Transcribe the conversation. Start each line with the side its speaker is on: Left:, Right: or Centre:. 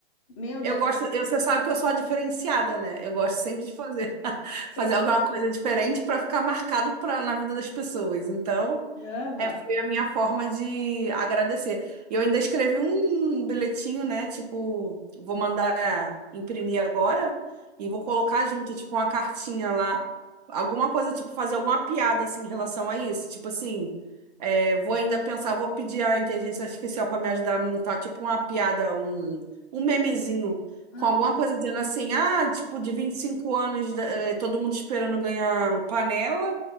Left: Meu
Right: Eu
Left: Deus.
Right: gosto, eu- você sabe que eu sou a diferenciada, né? Eu gosto sempre de fazer, <laughs>
Left: que
Right: fazer
Left: é diferente.
Right: alguma coisa diferente para ficar marcado pra, na vida das pessoas. Então,
Left: Aham.
Right: é, foi a minha forma de agradecer. E eu ainda escrevi um bilhetinho, né? Tipo, vou mandar imprimir agora e vou colocar junto, tipo, uma cartinha lá. Alguma coisa, tipo, fazer alguma piada, assim, em relação a isso. Tipo assim, é, vou ainda pensar, vou pedir a inteligência artificial para me ajudar a montar, tipo, uma piada, um um memezinho
Left: Ah,
Right: com alguma coisa dizendo assim, ah, tipo, de 25 anos, da- eh, todo mundo esperando ganhar panela,